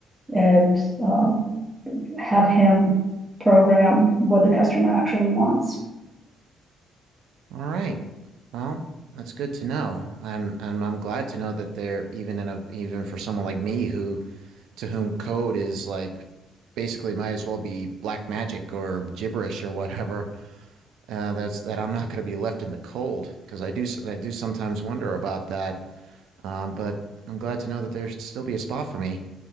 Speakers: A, on the right (about 20°); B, on the right (about 85°).
A: And um, have him program what the customer actually wants.
B: All right. Well, that's good to know. And and I'm glad to know that they're even in a even for someone like me who to whom code is like basically might as well be black magic or gibberish or whatever. Uh, that's that I'm not going to be left in the cold because I do I do sometimes wonder about that. Um, but I'm glad to know that there's still be a spot for me.